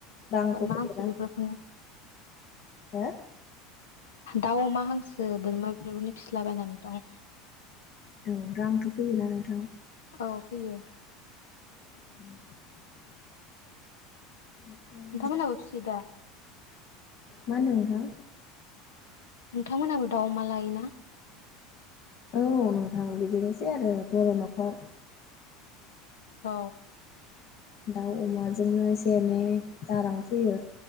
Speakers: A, on the left; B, on the left.
A: रांथ'
B: बोरमा
A: फैयोना
B: हांसो बेफोरखौनो।
A: हो
B: दाउ अमा हांसो बोरमा बेफोरखौनो फिसलाबायायनानै दं।
A: औ रांथ' फैयोना नोंथां।
B: औ फैयो।
A: <unintelligible> ओमफ्राय
B: नोथामोनाबो फिसियो दा?
A: मा होन्दों नोंथां।
B: नोंथांमोनहाबो दाउ अमा लायोना?
A: औ नोंथां बिदिनोसै आरो बर' न'खर।
B: औ।
A: दाउ अमाजोंनो एसे-एनै जा रां फैयो।